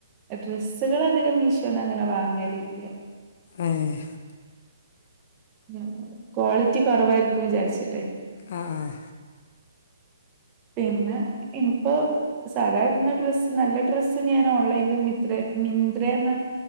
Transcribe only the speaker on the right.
ഡ്രസ്സ് <unintelligible> കൾ അധികം മീശോന്ന് അങ്ങനെ വാങ്ങലില്ല
ഉം ക്വാളിറ്റി കുറവായിരിക്കും വിചാരിച്ചിട്ടെ
പിന്നെ ഇനിപ്പോ സാധായിടുന്ന ഡ്രസ്സ് നല്ല ഡ്രസ്സ് ഞാൻ ഓൺലൈനില് മിത്ര മിന്ത്രന്ന്‌